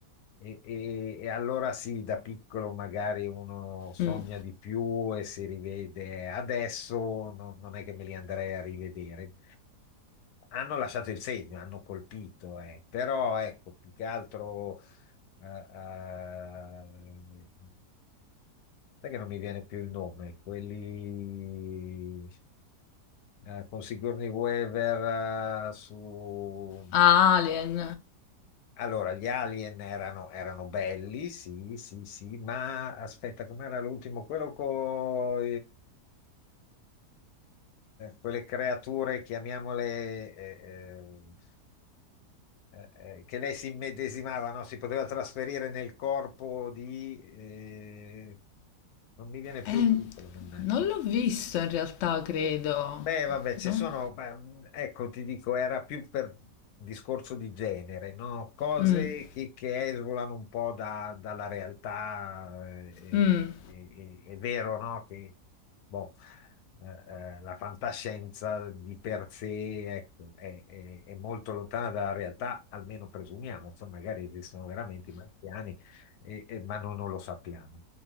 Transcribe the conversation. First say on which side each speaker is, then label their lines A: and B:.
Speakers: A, on the left; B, on the left.
A: e, e- e allora sì, da piccolo magari uno sogna
B: mm.
A: di più e si rivede, adesso no- non è che me li andrei a rivedere hanno lasciato il segno, hanno colpito, eh. Però ecco, più che altro eh, eh, sai che non mi viene più il nome, quelli eh, con Sigourney Weaver eh, su...
B: Ah, Alien.
A: Allora, gli Alien erano, erano belli, sì, sì, sì, ma aspetta, com'era l'ultimo? Quello con quelle creature, chiamiamole... eh, eh, eh, eh, che lei si immedesimava, no? Si poteva trasferire nel corpo di... eh, non mi viene
B: Eh,
A: più il titolo, mannaggia.
B: non l'ho visto in realtà, credo.
A: Beh, vabbè, ci
B: No?
A: sono, beh, ecco, ti dico, era più per discorso di genere, no? Cose
B: Mm,
A: che, che esulano un po' da- dalla realtà. eh,
B: mm.
A: e- e- è vero, no? Che boh, eh, eh, la fantascienza di per sé, ecco, è, è- è molto lontana dalla realtà, almeno presumiamo, poi magari esistono veramente i marziani, e- e- ma noi non lo sappiamo.